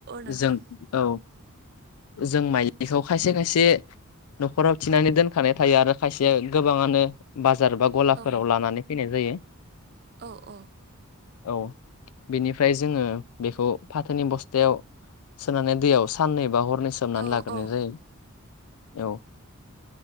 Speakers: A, on the right; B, on the left.
A: नोंथां
B: जों औ जों माइलिखौ खायसे खायसे न'खराव थिनानै दोनखानाय थायो आरो खायसे गोबाङानो बाज बाजार बा गलाफोराव
A: औ
B: लानानै फैनाय जायो।
A: औ औ।
B: औ बेनिफ्राय जोङो बेखौ फाथोनि बस्थायाव सोनानै दैयाव साननै बा हरनै सोमनानै
A: औ
B: लाग्रोनाय
A: औ
B: जायो। औ